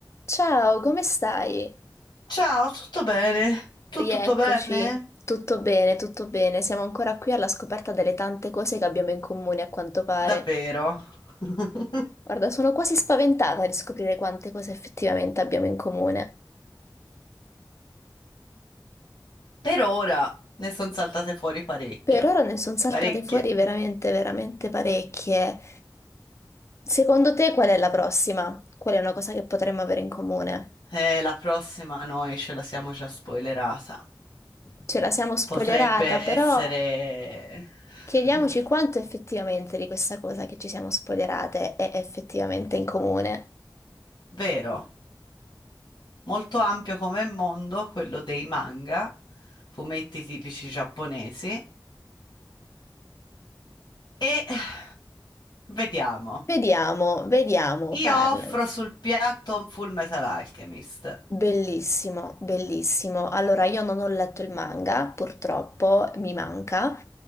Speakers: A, on the left; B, on the left.
A: Ciao, come stai?
B: Ciao, tutto bene? Tu
A: Rieccoci.
B: tutto bene?
A: Tutto bene, tutto bene. Siamo ancora qui alla scoperta delle tante cose che abbiamo in comune, a quanto pare.
B: Davvero? <laughs>
A: Guarda, sono quasi spaventata di scoprire quante cose effettivamente abbiamo in comune.
B: Per ora ne sono saltate fuori parecchio.
A: Per ora ne sono saltate
B: Parecchie.
A: fuori veramente, veramente parecchie. Secondo te qual è la prossima? Qual è una cosa che potremmo avere in comune?
B: Eh, la prossima noi ce la siamo già spoilerata.
A: ce la siamo spoilerata,
B: Potrebbe
A: però
B: essere
A: chiediamoci
B: <laughs>
A: quanto effettivamente di questa cosa che ci siamo spoilerate è effettivamente in comune.
B: vero, molto ampio come mondo quello dei manga, fumetti tipici giapponesi. E <sighs> vediamo.
A: Vediamo, vediamo,
B: Io
A: parlami.
B: offro sul piatto un Full Metal Alchemist.
A: Bellissimo, bellissimo. Allora, io non ho letto il manga, purtroppo mi manca,